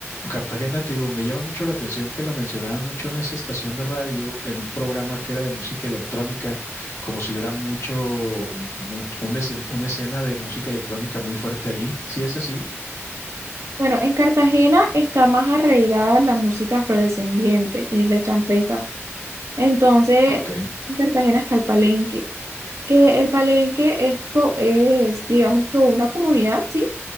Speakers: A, on the left (about 80°); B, on the right (about 80°).
A: Cartagena, te digo, me llama mucho la atención que lo mencionaban mucho en esa estación de radio, en un programa que era de música electrónica, como si hubiera mucho, mu- una escen- una escena de música electrónica muy fuerte ahí. ¿Sí es así?
B: Bueno, en Cartagena está más arraigada la música afrodescendiente, que es la champeta. Entonces,
A: Ok,
B: en Cartagena está el Palenque, que el Palenque es, co- es, digamos que una comunidad, ¿sí?